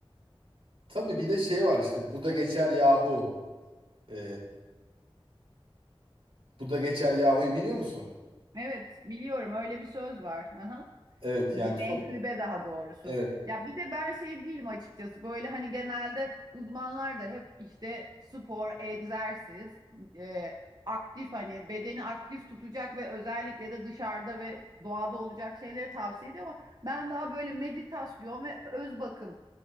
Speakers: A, on the right; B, on the right.
A: Tabii bir de şey var işte bu da geçer yahu. Ee, bu da geçer yahu'yu biliyor musun?
B: Evet biliyorum öyle bir söz var. Aha.
A: Evet
B: Bir
A: yani
B: menkıbe
A: so
B: daha doğrusu.
A: evet.
B: Ya bir de ben şey değilim açıkçası. Böyle hani genelde uzmanlar da hep işte spor, egzersiz, e, aktif hani bedeni aktif tutacak ve özellikle de dışarıda ve doğada olacak şeyleri tavsiye ediyor ama ben daha böyle meditasyon ve öz bakım